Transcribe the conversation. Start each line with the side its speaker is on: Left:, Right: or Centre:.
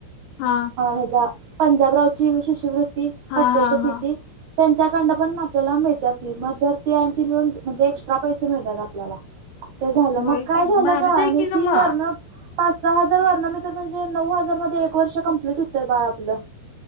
Left: हा
Right: हेजा पंजाबरावची शिष्यवृत्ती.
Left: हा
Right: हॉस्टेलच्या
Left: हा
Right: फीची.
Left: हा
Right: त्यांच्याकडं पण आपल्याला मिळत्या फी मग जर ती आणि ती मिळून म्हणजे एक्स्ट्रा पैसे मिळतात आपल्याला. ते झालं
Left: व्हय
Right: मग काय
Left: की
Right: झालं
Left: भारीच
Right: ग आणि
Left: आहे की
Right: ती
Left: मग.
Right: वरण. पाच सहा हजार वरण मिळतात. म्हणजे नऊ हजार मध्ये एक वर्ष कंप्लीट होतंय बाळ आपलं.